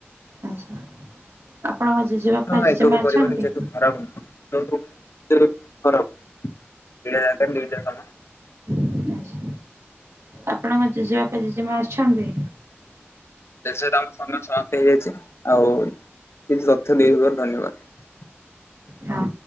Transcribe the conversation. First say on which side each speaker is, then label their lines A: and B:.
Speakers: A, on the right; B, on the left.
A: ଆଚ୍ଛା ଆପଣଙ୍କ ଜେଜେବାପା
B: ହଁ,
A: ଜେଜେମା
B: ଏକକ ପରିବାର
A: ଅଛନ୍ତି?
B: ବି ଯେହେତୁ ଖରାପ ନୁହଁ ଯୌଥ ତେରୁ ଖରାପ୍ ଦୁଇଟା ଯାକ ଦୁଇଟା ଖନ
A: ଆଚ୍ଛା ଆପଣଙ୍କ ଜେଜେବାପା, ଜେଜେମା ଅଛନ୍ତି?
B: ଜେଜେ ତାଙ୍କ ସମୟ ସପ୍ତ ହେଇଯାଇଚି ଆଉ କିଛି ତଥ୍ୟ ଦେଇଥିବାରୁ ଧନ୍ୟବାଦ୍।
A: ହଁ।